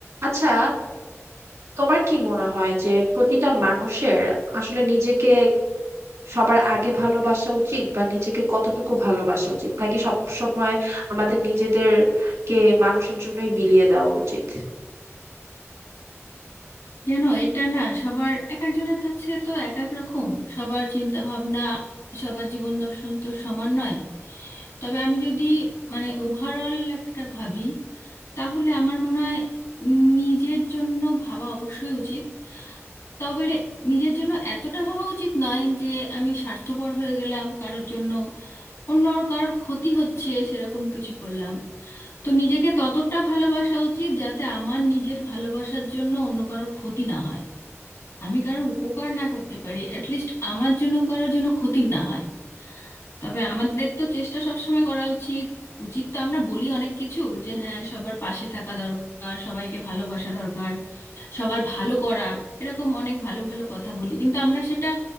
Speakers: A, on the right; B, on the left.
A: আচ্ছা তোমার কি মনে হয় যে প্রতিটা মানুষের আসলে নিজেকে সবার আগে ভালোবাসা উচিত বা নিজেকে কতটুকু ভালোবাসা উচিত নাকি সব সময় আমাদের নিজেদেরকে মানুষের জন্যই বিলিয়ে দেওয়া উচিত
B: জানো এটা না সবার এক একজনের কাছে তো এক এক রকম সবার চিন্তা ভাবনা সবার জীবন দর্শন তো সমান নয় তবে আমি যদি মানে ওভারঅল একটা ভাবি তাহলে আমার মনে হয় নিজের জন্য ভাবা অবশ্যই উচিত তবে রে- নিজের জন্য এতটা ভাবা উচিত নয় যে আমি স্বার্থপর হয়ে গেলাম কারোর জন্য অন্য কারোর ক্ষতি হচ্ছে সেরকম কিছু করলাম তো নিজেকে ততটা ভালোবাসা উচিত যাতে আমার নিজের ভালোবাসার জন্য অন্য কারোর ক্ষতি না হয় আমি কারো উপকার না করতে পারি অ্যাটলিস্ট আমার জন্য কারো যেন ক্ষতি না হয় তবে আমাদের তো চেষ্টা সবসময় করা উচিত উচিত তো আমরা বলি অনেক কিছু যে হ্যাঁ সবার পাশে থাকা দরকার সবাইকে ভালোবাসা দরকার সবার ভালো করা এরকম অনেক ভালো ভালো কথা বলি কিন্তু আমরা সেটা